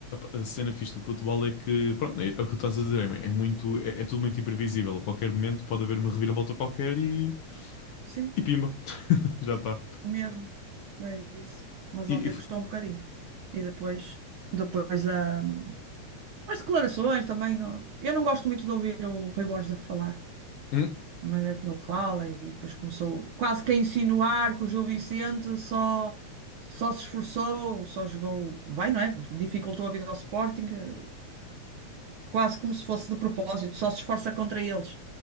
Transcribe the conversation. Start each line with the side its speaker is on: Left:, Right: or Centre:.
Left: a, a cena fixe do futebol é que, pronto, é, é o que tu estás a dizer, é, é muito, é, é tudo muito imprevisível. A qualquer momento pode haver uma reviravolta qualquer e,
Right: sim.
Left: e pimba, <laughs> já está.
Right: mesmo. É isso. Mas
Left: E,
Right: ontem
Left: e f-
Right: custou um bocadinho. E depois, depois há as declarações também. Não... Eu não gosto muito de ouvir o Rui Borges a falar,
Left: hum,
Right: a maneira como ele fala, e depois começou quase que a insinuar que o Gil Vicente só, só se esforçou, só jogou bem, não é? Dificultou a vida ao Sporting, eh, quase como se fosse de propósito, só se esforça contra eles.